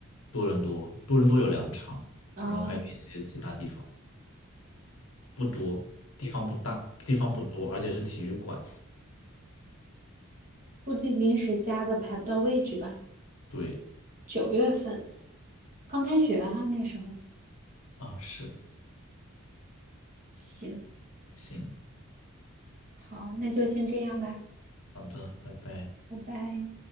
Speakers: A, on the left (about 70°); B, on the right (about 35°).
A: 多伦多，多伦多有两场，
B: 嗯，
A: 然后还有一些其他地方，不多，地方不大，地方不多，而且是体育馆。
B: 估计临时加的排不到位置吧。
A: 对，
B: 九月份刚开学哈，那时候。
A: 啊，是，
B: 行，
A: 行，
B: 好，那就先这样吧，
A: 好的，拜拜。
B: 拜拜。